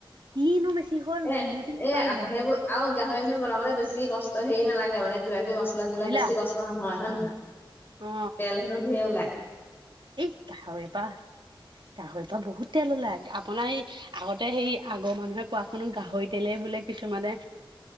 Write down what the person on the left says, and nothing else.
এ
এ আ সেইবোৰ আৰু গাহৰি কিন্তু বনাবলে বেছি কষ্ট হেৰি নালাগে মানে কিবা কিবি ম মচলা চচলা
বেছি কষ্ট নহয় হয় নে নহয়।
তেল হেনো ধেৰ ওলায়।